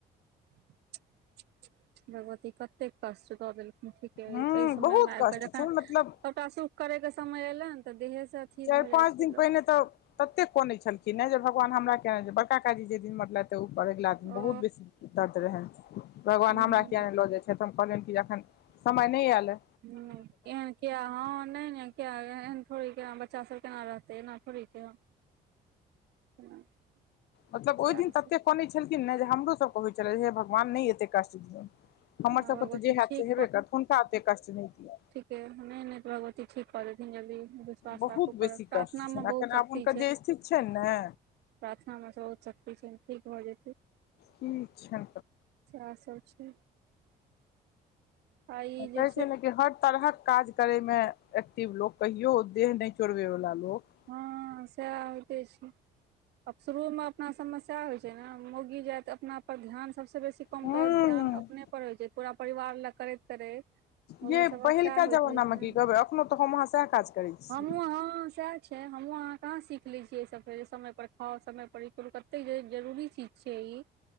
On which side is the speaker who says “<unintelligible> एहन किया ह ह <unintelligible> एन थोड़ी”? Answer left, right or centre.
Right